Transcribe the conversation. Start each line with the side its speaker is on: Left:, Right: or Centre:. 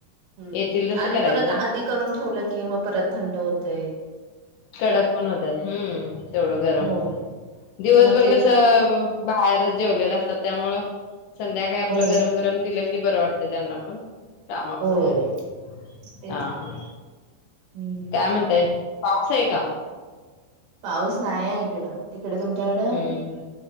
Right: हम्म,
Left: येतील तसं
Right: आणि
Left: करायचं
Right: परत आधी करून ठेवलं की मग परत थंड होतय.
Left: कडक पण होत्यात हम्म तेवढं गरम
Right: हो
Left: आपलं. दिवसभर
Right: मग तेच
Left: कसं बाहेर जेवलेलं असत त्यामुळ, संध्याकाळी आपलं
Right: हो
Left: गरम गरम दिलं की बरं वाटतं त्यांना पण. कामावरन
Right: होय
Left: आलं की,
Right: तेच
Left: हा
Right: की
Left: हा,
Right: हम्म
Left: काय म्हणताय? पाऊस आहे का?
Right: पाऊस नाहीये इकडं. तिकड तुमच्याकड?
Left: हम्म,